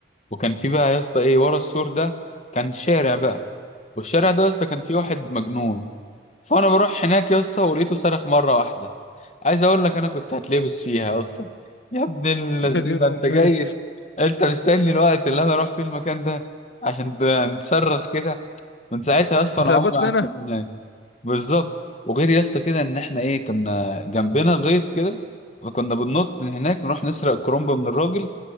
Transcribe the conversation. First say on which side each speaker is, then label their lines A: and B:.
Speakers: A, on the left; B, on the left.
A: وكان في بقى يا اسطى ايه ورا السور ده كان شارع بقى والشارع ده يا اسطى كان فيه واحد مجنون فانا بروح هناك يا اسطى ولقيته صرخ مره واحده عايز اقول لك انا كنت هتلبس فيها يا اسطى يا ابن اللذينه
B: يا دين امي
A: انت جاي انت مستني الوقت اللي انا اروح فيه المكان ده عشان ت- تصرخ كده من ساعتها يا اسطى
B: تتعبتنا
A: انا عمري ما قعدت
B: انا
A: هناك بالظبط وغير يا اسطى كده ان احنا ايه كنا جنبنا غيط كده فكنا بننط من هناك نروح نسرق كرومب من الراجل